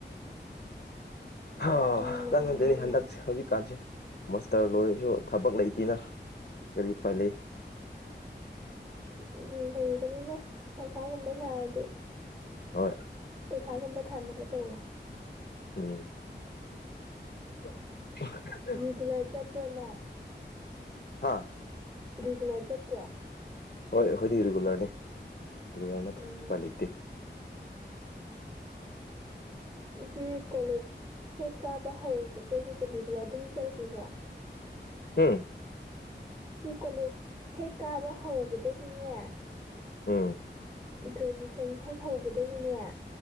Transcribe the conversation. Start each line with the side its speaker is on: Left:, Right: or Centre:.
Left: ꯍ
Right: ꯑꯍꯟ ꯑꯣꯏꯔꯝꯅꯤ
Left: ꯀꯥꯟꯅꯗꯅꯦ ꯍꯟꯗꯛꯁꯦ ꯍꯧꯖꯤꯛꯀꯥꯟꯁꯦ꯫ ꯃꯥꯁꯇꯔ ꯂꯣꯏꯔꯁꯨ ꯊꯕꯛ ꯂꯩꯇꯦꯅ ꯀꯔꯤ ꯎꯄꯥꯏ ꯂꯩꯩ꯫
Right: ꯎꯝ ꯂꯩꯕꯅꯤꯍꯦ ꯄꯩꯈꯥꯒꯨꯝꯕ ꯊꯔꯗꯤ꯫
Left: ꯍꯣꯏ꯫
Right: ꯄꯩꯈꯥꯒꯨꯝꯕ ꯊꯥꯅꯕ ꯇꯧꯋꯣ꯫
Left: ꯎꯝ꯫ <unintelligible>
Right: ꯨꯔꯤꯒꯨꯂꯔ ꯆꯠꯄꯔꯣ ꯅꯪ꯫
Left: ꯍꯥ꯫
Right: ꯔꯤꯒꯨꯂꯔ ꯆꯠꯄꯔꯣ꯫
Left: ꯍꯣꯏ ꯑꯩꯈꯣꯏꯗꯤ ꯔꯤꯒꯨꯂꯔꯅꯤ ꯔꯤꯒꯨꯂꯔ ꯅꯠꯇ꯭ꯔꯗꯤ
Right: ꯎꯝ
Left: ꯎꯄꯥꯏ ꯂꯩꯇꯦ꯫
Right: <inaudible> ꯁꯤꯁꯤ ꯀꯣꯂꯦꯖ ꯍꯦꯛ ꯀꯥꯕ ꯍꯧꯕꯗꯒꯤ ꯔꯤꯒꯨꯂꯔ ꯑꯗꯨꯝ ꯆꯥꯠꯂꯤꯕꯣ꯫
Left: ꯍꯨꯝ꯫
Right: ꯁꯤ ꯀꯣꯂꯦꯖ ꯍꯦꯛ ꯀꯥꯕ ꯍꯧꯕꯗꯒꯤꯅꯦ꯫
Left: ꯎꯝ
Right: ꯒ꯭ꯔꯦꯖꯨꯋꯦꯁꯟ ꯍꯦꯛ ꯍꯧꯕꯗꯒꯤꯅꯦ